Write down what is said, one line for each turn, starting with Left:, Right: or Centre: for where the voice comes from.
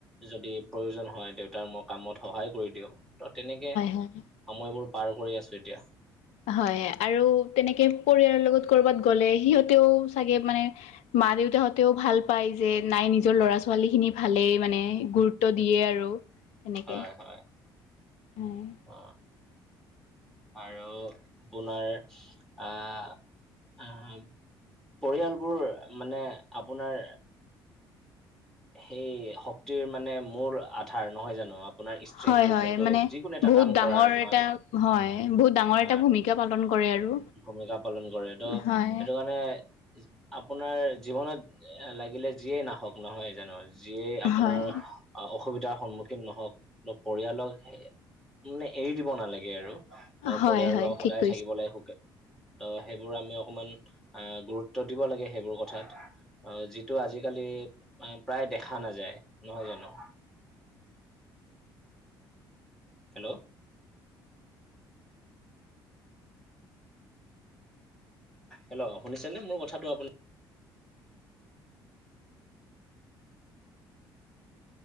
Centre: যদি প্ৰয়োজন হয় দেউতাৰ মই কামত সহায় কৰি দিওঁ ত- তেনেকে সময়বোৰ
Left: হয়
Centre: পাৰ কৰি আছো এতিয়া।
Left: হয় আৰু তেনেকে পৰিয়ালৰ লগত কৰবাত গ'লে সিহঁতেও চাগে মানে মা দেউতাহঁতেও ভাল পায় যে নাই নিজৰ ল'ৰা ছোৱালীখিনি ভালেই মানে গুৰুত্ব দিয়ে আৰু তেনেকে
Centre: হয় হয়
Left: উম।
Centre: অ আৰু আপোনাৰ আহ আহ পৰিয়ালবোৰ মানে আপোনাৰ সেই শক্তিৰ মানে মূল আধাৰ, নহয় জানো? আপোনাৰ ষ্ট্ৰেংটো
Left: হয়, হয়,
Centre: যোনটো
Left: মানে
Centre: যিকোনো এটা
Left: বহুত
Centre: কাম
Left: ডাঙৰ
Centre: কৰাৰ নহয়
Left: এটা হয় বহুত ডাঙৰ
Centre: হয়
Left: এটা ভূমিকা পালন কৰে আৰু
Centre: ভূমিকা পালন কৰেটো
Left: হয়
Centre: সেইটো কাৰণে আপোনাৰ জীৱনত এ লাগিলে যিয়েই নাহক নহয় জানো যিয়েই আপোনাৰ
Left: হয়
Centre: অসুবিধাৰ সন্মুখীন নহওক পৰিয়ালক মানে এৰি দিব নালাগে আৰু আৰু
Left: হয়
Centre: পৰিয়ালৰ
Left: হয়
Centre: লগত
Left: ঠিক
Centre: সদায়ে
Left: কৈছে
Centre: থাকিব লাগ সুখে। ত সেইবোৰ আমি অকমান আহ গুৰুত্ব দিব লাগে সেইবোৰ কথাত। অ যিটো আজিকালি প্ৰায় দেখা নাযায় নহয় জানো। হেল্ল', হেল্ল' শুনিছানে মোৰ কথাটো আপুনি?